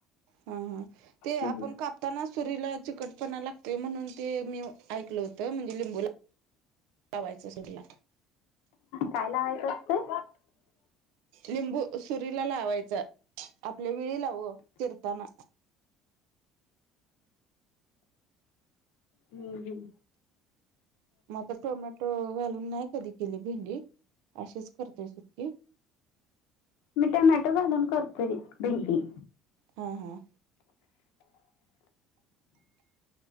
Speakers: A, on the right (about 85°); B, on the left (about 85°).
A: हं हं ते
B: हम्म.
A: आपण काप ताना सुरीला चिकटपणा लागते म्हणून ते मी ऐकलं. त म्हणजे लिंबू लावायचं सुडला
B: काय लावायचं असतंय?
A: लिंबू सुरीला लावायचा, आपल्या वेळी लाव चिरताना.
B: हम्म हम्.
A: मग आता टोमॅटो घालून नाही कधी केली भेंडी, अशीच करतेय सुक्की.
B: मी टोमॅटो घालून करतोय भेंडी.
A: ह हां